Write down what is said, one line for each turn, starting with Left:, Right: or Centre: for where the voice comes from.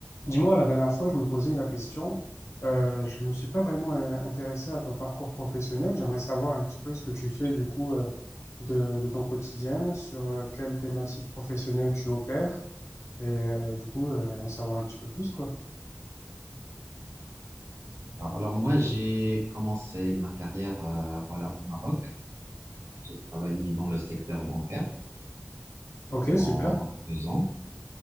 Left: Dis-moi, la dernière fois, je me posais la question. Euh, je me suis pas vraiment euh, intéressé à ton parcours professionnel. J'aimerais savoir un petit peu ce que tu fais du coup euh, de, de ton quotidien, sur euh, quelle thématique professionnelle tu opères, et euh, du coup euh, en savoir un petit peu plus quoi.
Right: Alors, alors moi, j'ai commencé ma carrière euh, voilà, au Maroc. J'ai travaillé dans le secteur bancaire
Left: Ok,
Right: pendant
Left: super.
Right: deux ans.